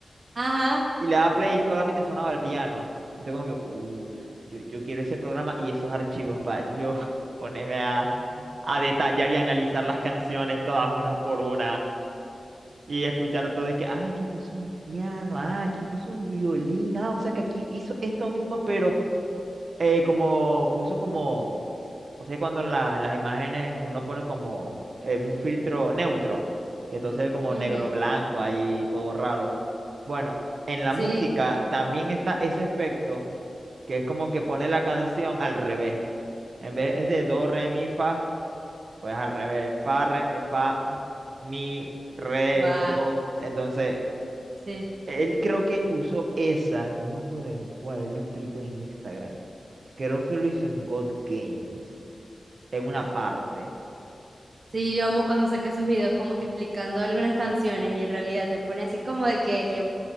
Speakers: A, on the right; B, on the right.
A: ajá,
B: Y le daba play y solamente sonaba el piano. Entonces como que, uh, yo, yo quiero ese programa y esos archivos para yo <laughs> ponerme a, a detallar y analizar las canciones todas una por una. Y escuchar todo y que, ah, aquí puso un piano, ah, aquí puso un violín, ah, o sea que aquí hizo esto mismo, pero eh, como puso como, o sea, cuando en la, en las imágenes uno pone como eh, un filtro neutro, que todo se ve como
A: ujú,
B: negro blanco ahí, todo raro. Bueno, en la
A: Sí.
B: música también está ese efecto, que es como que pone la canción al revés. En vez es de do, re, mi, fa. Pues al revés, fa, re, eh, fa, mi, re,
A: Guau,
B: do. Entonces,
A: sí.
B: él creo que usó esa, no me acuerdo en cuál, él lo explicó en Instagram. Creo que lo hizo en God Games, en una parte.
A: Sí, yo amo cuando saqué esos videos como que explicando algunas canciones y en realidad te pone así como de que,